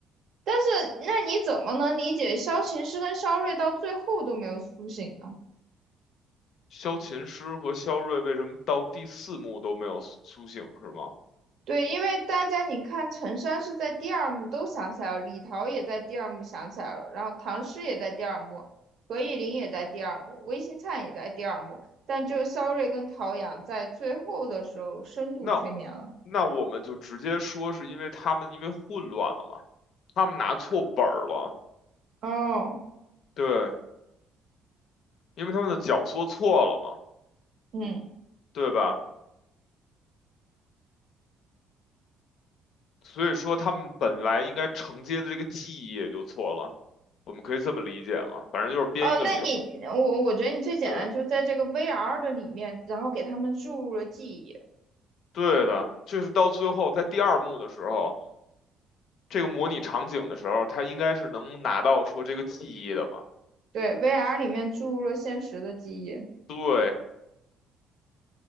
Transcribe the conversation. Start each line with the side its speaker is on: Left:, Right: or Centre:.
Right: 但是那你怎么能理解萧琴师跟萧睿到最后都没有苏醒呢？
Left: 萧琴师和萧睿为什么到第四幕都没有苏苏醒，是吗？
Right: 对，因为大家你看，陈山是在第二幕都想起来了，李桃也在第二幕想起来了，然后唐诗也在第二幕，何以琳也在第二幕，魏新灿也在第二幕，但只有萧睿跟陶阳在最后的时候深度催眠了。
Left: 那那我们就直接说是因为他们因为混乱了嘛，他们拿错本儿了，
Right: 哦，
Left: 对，因为他们的脚说错了嘛，
Right: 嗯。
Left: 对吧？所以说他们本来应该承接的这个记忆也就错了，我们可以这么理解嘛，反正就是编一个理儿，
Right: 哦，那你我我觉得你最简单就是在这个
Left: 对。
Right: VR 的里面，然后给他们注入了记忆，
Left: 对的，就是到最后在第二幕的时候，这个模拟场景的时候，他应该是能拿到说这个记忆的嘛？
Right: 对，VR 里面注入了现实的记忆，
Left: 对，